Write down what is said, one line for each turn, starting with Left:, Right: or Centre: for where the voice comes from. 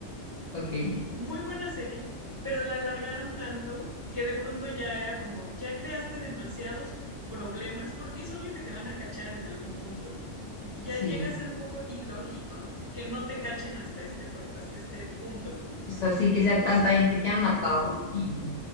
Left: ok,
Right: Y muy buena serie, pero la alargaron tanto que de pronto ya era como, ya creaste demasiados problemas porque es obvio que te van a cachar en algún punto. Y ya
Left: sí.
Right: llega a ser un poco ilógico que no te cachen hasta este, pro- hasta este punto, ¿no?
Left: O sea, sí que sea
Right: Entonces,
Left: tanta gente que han matado. que